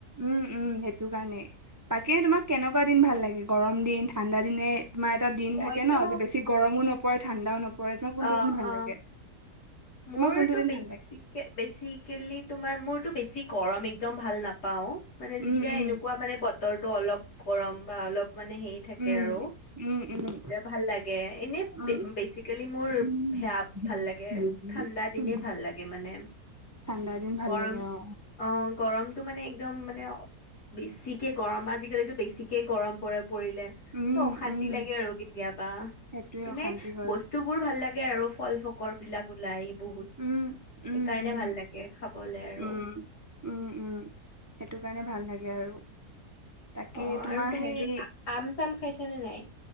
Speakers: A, on the right; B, on the left.
A: উম উম সেইটো কাৰণেই বাকী তোমাক কেনেকুৱা দিন ভাল লাগে গৰম দিন ঠাণ্ডা দিনে তোমাৰ এটা দিন
B: মইতো
A: থাকে ন যে বেছি গৰমো নপৰে ঠাণ্ডাও নপৰে গৰম কোনটো
B: অ
A: দিন ভাল
B: অ
A: লাগে
B: মোৰতো
A: তোমাৰ কোনটো দিন
B: বে
A: ভাল লাগে
B: বেচিকেলি তোমাৰ মোৰ বেছি গৰম একদম ভাল নাপাও মানে যেতিয়া
A: উম উম
B: এনেকুৱা মানে ব বতৰটো অলপ গৰম বা অলপ মানে হেৰি থাকে
A: উম
B: আৰু
A: উম উম
B: এয়া ভাল লাগে এনেই
A: উম
B: বেচিকেলি মোৰ
A: উম,
B: সেয়া ভাল লাগে
A: উম,
B: ঠাণ্ডা দিনে
A: উম।
B: ভাল লাগে মানে
A: ঠাণ্ডা দিন ভাল
B: গৰম
A: লাগে অ
B: অ গৰমতটো মানে একদম মানে বেছিকে গৰম আজিকালিতো বেছিকে গৰম পৰে পৰিলে ত
A: উম
B: অশান্তি
A: উম
B: লাগে আৰু কেতিয়াবা
A: সেইটোৱে
B: এনে
A: অশান্তি হয়
B: বস্তু বোৰ ভাল ভাল লাগে আৰু ফল ফকৰ বিলাক ওলাই বহুত সেইকাৰণে
A: উম উম উম
B: ভাল লাগে খাবলে আৰু
A: উম উম উম সেইটো কাৰণে ভাল লাগে আৰু তাকে
B: অ আৰু
A: তোমাৰ
B: তুমি
A: হেৰি
B: আম ফল খাইছা নে নাই?